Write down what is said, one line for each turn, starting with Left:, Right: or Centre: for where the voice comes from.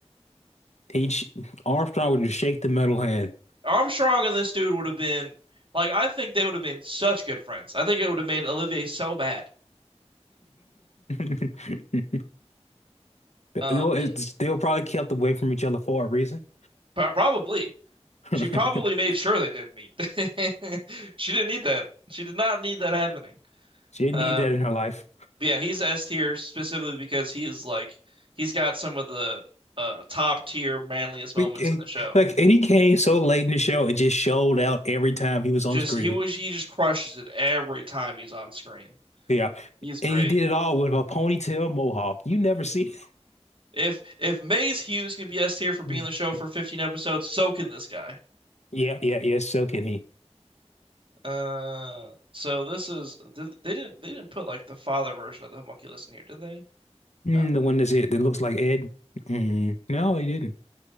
Left: He sh- Armstrong would just shake the metal hand.
Right: Armstrong and this dude would have been like I think they would have been such good friends. I think it would have made Olivier so mad.
Left: <laughs>
Right: Um,
Left: They'll, it's,
Right: y-
Left: they were probably kept away from each other for a reason.
Right: probably
Left: <laughs>
Right: she probably made sure they didn't meet. <laughs> She didn't need that. She did not need that happening.
Left: She didn't
Right: Uh,
Left: need that in her life.
Right: yeah, he's S tier specifically because he's like he's got some of the uh, top tier manliest moments
Left: But, eh,
Right: in the show.
Left: like, and he came so late in the show and just showed out every time he was on
Right: Just
Left: screen.
Right: he was he just crushes it every time he's on screen.
Left: Yeah.
Right: He's great.
Left: And he did it all with a ponytail mohawk. You never see.
Right: If if Maze Hughes can be S tier for being
Left: Mm.
Right: in the show
Left: <laughs>
Right: for 15 episodes, so can this guy.
Left: Yeah, yeah, yeah. So can he?
Right: Uh, so this is they didn't they didn't put like the father version of the homunculus in here, did they?
Left: Mm,
Right: No.
Left: the one that's it that looks like Ed. Mm, no, he didn't.